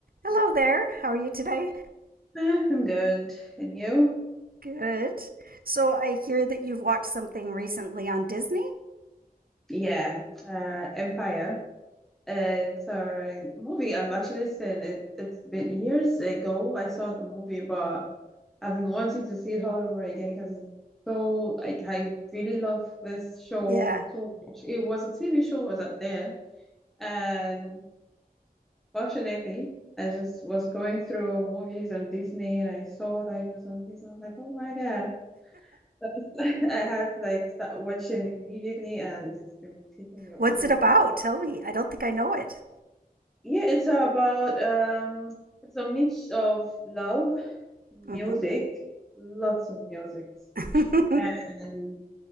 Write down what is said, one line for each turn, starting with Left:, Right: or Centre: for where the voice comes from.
Right: Hello there. How are you today?
Centre: Eh, I'm good. And you?
Right: Good. So I hear that you've watched something recently on Disney?
Centre: Yeah, uh, Empire. Uh, It's a movie I've actually seen. It, it's been years ago I saw the movie, but I've been wanting to see it all over again because so like I really love this show
Right: Yeah.
Centre: so much. It was a TV show was out there, and fortunately, I just was going through movies on Disney and I saw that it was on Disney. I was like, oh my God. <laughs> I had to like start watching immediately and it's been taking me all
Right: What's it
Centre: out.
Right: about? Tell me. I don't think I know it.
Centre: Yeah, it's about um it's a mix of love, music,
Right: Mm-hmm.
Centre: lots of music
Right: <laughs>
Centre: and